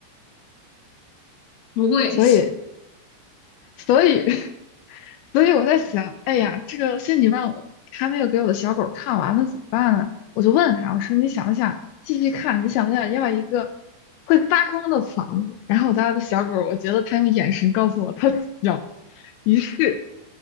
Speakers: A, on the left (about 70°); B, on the left (about 85°).
A: 不会，
B: 所以，
A: <laughs>
B: 所以 <laughs> 所以我在想，哎呀，这个仙女棒我还没有给我的小狗看完，呢，怎么办呢？我就问他，我说你想不想继续看？你想不想要一个会发光的房子？然后我家的小狗，我觉得它用眼神告诉我它要。于是